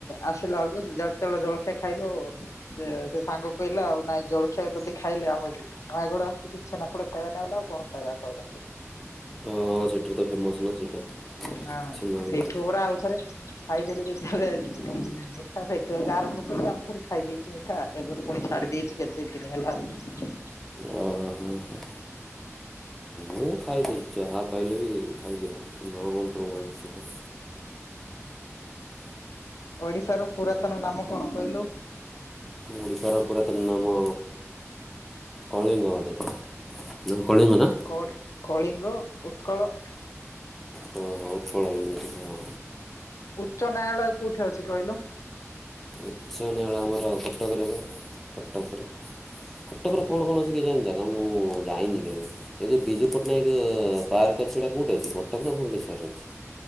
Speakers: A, on the left; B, in the centre.
A: ଆସିଲା ବେଳକୁ ଯେତେବେଳେ ଜଳଖିଆ ଖାଇଲୁ ସେ ସାଙ୍ଗ କହିଲା ଆଉ ନାଇଁ ଜଳଖିଆ ତୋତେ ଖାଇଲେ ଆମକୁ। ନୟାଗଡ଼ ଆସିକି ଛେନା ପୋଡ ଖାଇବା ନାଇଁ ବୋଇଲେ ଆଉ କଣ ଖାଇବା କହିଲ?
B: ହଁ ସେଠୁତ ଫେମସ ନା ସେଇଟା।
A: ନା ନା
B: ଛେନାପୋଡ଼
A: ସେଇଠୁ ପୁରା ଆଉ ଥରେ ଖାଇଦେଲେ ଯେତେବେଳେ ମିଠା ହେଇଥିବ ଆରମ୍ଭ କଲି ଆଉଥରେ ଖାଇ ଦେଇଛି ମିଠା। ଏବେ ପୁଣି ଛାଡି ଦେଇଛି କେତେ ଦି ଦିନ ହେଲା ଆଉ।
B: ଓହୋ ହଁ। ମୁଁ ଖାଇଦେଲି ଚାହା ପାଇଲେ ବି ଖାଇଦିଅ ନୋ କମ୍ପ୍ରୋମାଇଜ୍ ସେଇଟା।
A: ଓଡିଶାର ପୁରାତନ ନାମ କଣ କହିଲୁ?
B: ଓଡ଼ିଶାର ପୁରାତନ ନାମ କଳିଙ୍ଗ ବୋଧେ ହେଇଥିବ ନା କଳିଙ୍ଗ ନା?
A: କ କଳିଙ୍ଗ ଉତ୍କଳ।
B: ହଁ ହଁ ଉତ୍କଳ ହେଇଯାଇଛି ହଁ।
A: ଉଚ୍ଚ ନ୍ୟାୟାଳୟ କୋଉଠି ଅଛି କହିଲୁ?
B: ଉଚ୍ଚ ନ୍ୟାୟାଳୟ ଆମର କଟକ ରେ ବା କଟକରେ। କଟକରେ କଣ କୌଣସି କିଜାଣି ଜାଗା ମୁଁ ଯାଇନି କେବେ। ଏ ଯୋଉ ବିଜୁ ପଟ୍ଟନାୟକ ପାର୍କ ଅଛି ସେଇଟା କେଉଁଠି ଅଛି କଟକ ନା ଭୁବନେଶ୍ୱରରେ ଅଛି?